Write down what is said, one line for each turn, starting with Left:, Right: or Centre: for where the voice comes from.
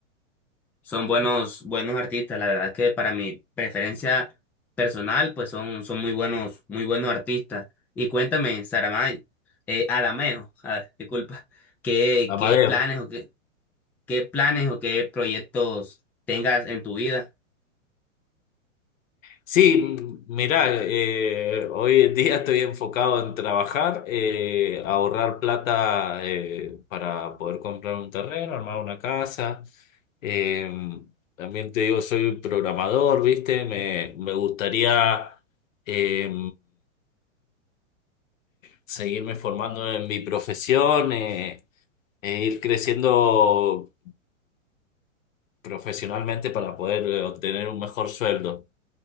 Centre: son buenos, buenos artistas. La verdad que para mi preferencia personal, pues son, son muy buenos, muy buenos artistas. Y cuéntame, Saramay, eh, Adameo, <laughs> ah, disculpa, ¿qué,
Left: Amadeo.
Centre: qué planes o qué, qué planes o qué proyectos tengas en tu vida?
Left: Sí, mira, hoy en día estoy enfocado en trabajar, eh, ahorrar plata eh, para poder comprar un terreno, armar una casa. Eh, también te digo, soy programador, ¿viste? Me, me gustaría eh, seguirme formando en mi profesión eh, e ir creciendo profesionalmente para poder eh, obtener un mejor sueldo.